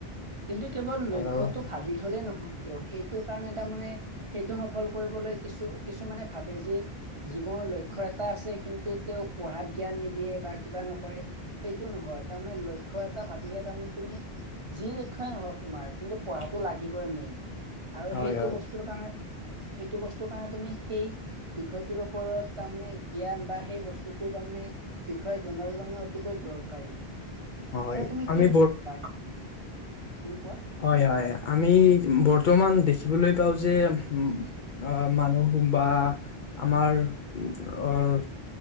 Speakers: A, on the right; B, on the left.
A: কিন্তু কেৱল লক্ষ্যটো
B: আহ
A: ভাবি থলেই নহয় অ', সেইটোৰ কাৰণে তাৰমানে, সেইটো সফল কৰিবলৈ কিছু-কিছু মানে ভাবে যি জীৱনৰ লক্ষ্য এটা আছে কিন্তু তেওঁ পঢ়াত জ্ঞান নিদিয়ে বা কিবা নকৰে সেইটো নহয় তাৰমানে লক্ষ্য এটা ভাবিহে তাৰমানে তুমি যি লক্ষ্যই নহওক তোমাৰ কিন্তু পঢ়াটো লাগিবই মেইন। আৰু
B: হয়
A: সেইটো
B: হয়
A: বস্তুৰ কাৰণে, সেইটো বস্তুৰ কাৰণে তুমি সেই বিষয়টোৰ ওপৰত তাৰমানে জ্ঞান বা সেই বস্তুটো তাৰমানে বিষয়ে জনাটো তাৰমানে অতিকৈ দৰকাৰী।
B: হয়,
A: এ
B: হয়
A: তুমি কি
B: আমি
A: বুলি ভাবা উম, কোৱা
B: হয়, হয় আমি ব বৰ্তমান দেখিবলৈ পাওঁ যে উ অ' মানুহ বা আমাৰ অ'